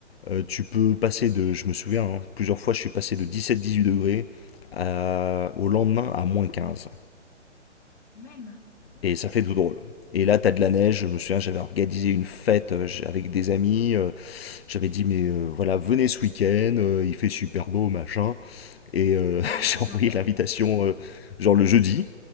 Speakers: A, on the left; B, on the left.
A: Euh, tu peux passer de, je me souviens, hein, plusieurs fois je suis passé de dix sept dix huit degrés à- au lendemain à moins 15.
B: Même,
A: Et ça fait tout drôle. Et là, t'as de la neige. Je me souviens, j'avais organisé une fête euh, avec des amis. euh, J'avais dit, mais euh, voilà, venez ce week-end, euh, il fait super beau, machin. Et euh,
B: ils sont restés
A: <laughs> j'ai
B: bloqués.
A: envoyé l'invitation, euh, genre le jeudi.